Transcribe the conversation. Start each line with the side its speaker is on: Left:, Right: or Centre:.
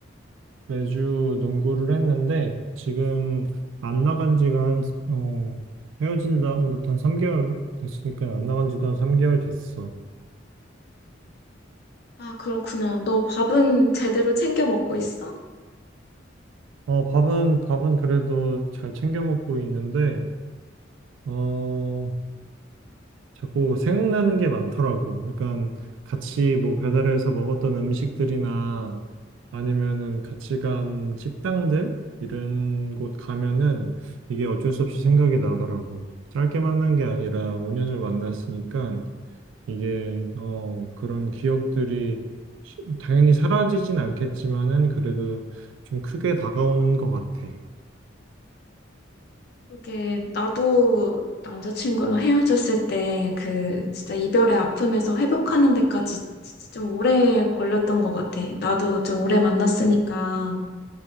Right: 매주 농구를 했는데 지금 안 나간 지가 한, 어, 헤어진 다음부터 한 3개월 됐으니까 안 나간 지도 한 3개월 됐어.
Left: 아, 그렇구나. 너 밥은 제대로 챙겨 먹고 있어?
Right: 어, 밥은, 밥은 그래도 잘 챙겨 먹고 있는데, 어, 자꾸 생각나는 게 많더라고. 그러니까 같이 뭐 배달해서 먹었던 음식들이나 아니면은 같이 간 식당들? 이런 곳 가면은 이게 어쩔 수 없이 생각이 나더라고. 짧게 만난 게 아니라 5년을 만났으니까 이게 어 그런 기억들이 시- 당연히 사라지진 않겠지만은 그래도 좀 크게 다가오는 것 같아.
Left: 그게 나도 남자친구랑 헤어졌을 때 그 진짜 이별의 아픔에서 회복하는 데까지 진짜 좀 오래 걸렸던 것 같아. 나도 좀 오래 만났으니까